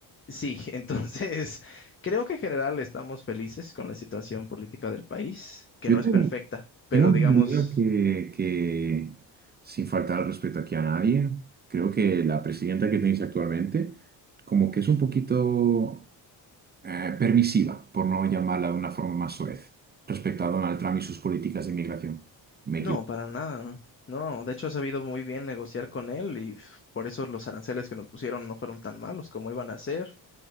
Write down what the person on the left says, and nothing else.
Sí, <laughs> entonces creo que en general estamos felices con la situación política del país, que
no es
perfecta, pero
digamos...
No,
para nada. No, de hecho he sabido muy bien negociar con él y pf, por eso los aranceles que nos pusieron no fueron tan malos como iban a ser.